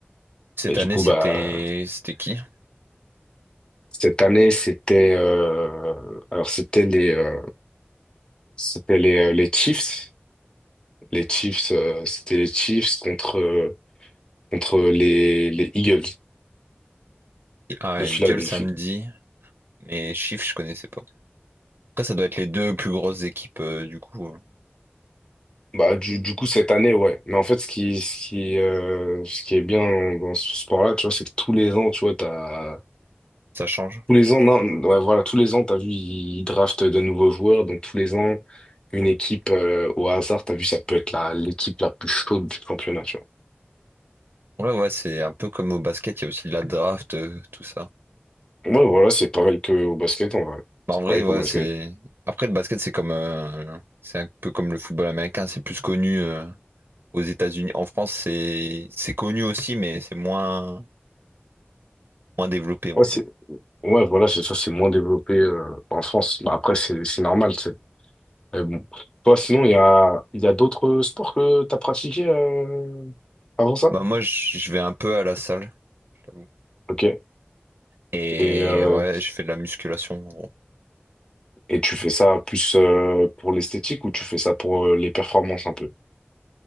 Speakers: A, on the right; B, on the left.
A: Cette
B: Et du
A: année,
B: coup,
A: c'était
B: bah
A: c'était qui?
B: cette année, c'était euh, alors c'était les euh, c'était les, euh, les Chiefs. Les Chiefs, euh, c'était les Chiefs contre euh, contre les, les Eagles
A: Ah,
B: de
A: il
B: Philadelphie.
A: gueule samedi, mais chiffre, je connaissais pas. Après, ça doit être les deux plus grosses équipes euh, du coup. euh,
B: Bah, du, du coup, cette année, ouais. Mais en fait, ce qui, ce qui, euh, ce qui est bien dans, dans ce sport-là, tu vois, c'est que tous les ans, tu vois, t'as...
A: Ça change.
B: Tous les ans, non, ouais, voilà, tous les ans, t'as vu, ils draftent de nouveaux joueurs. Donc, tous les ans, une équipe, euh, au hasard, t'as vu, ça peut être la, l'équipe la plus chaude du championnat, tu
A: Ouais, ouais, c'est un peu comme au basket, il y a aussi de la draft, euh, tout ça.
B: vois. Ouais, voilà, c'est pareil qu'au basket, en vrai.
A: Bah,
B: C'est
A: En vrai,
B: pareil
A: ouais,
B: qu'au basket.
A: c'est. Après, le basket, c'est comme, euh, c'est un peu comme le football américain, c'est plus connu euh, aux États-Unis. En France, c'est c'est connu aussi, mais c'est moins moins développé, on
B: Ouais,
A: va
B: c'est...
A: dire.
B: ouais, voilà, c'est ça, c'est moins développé, euh, en France. Bah, après, c'est, c'est normal, c'est... Mais bon. Toi, sinon, il y a, il y a d'autres sports que t'as pratiqués, euh, avant ça?
A: Bah moi, je je vais un peu à la salle, j'avoue.
B: Ok.
A: Et
B: Et, euh,
A: ouais, je fais de la musculation, en gros.
B: et tu fais ça plus euh, pour l'esthétique ou tu fais ça pour euh, les performances un peu?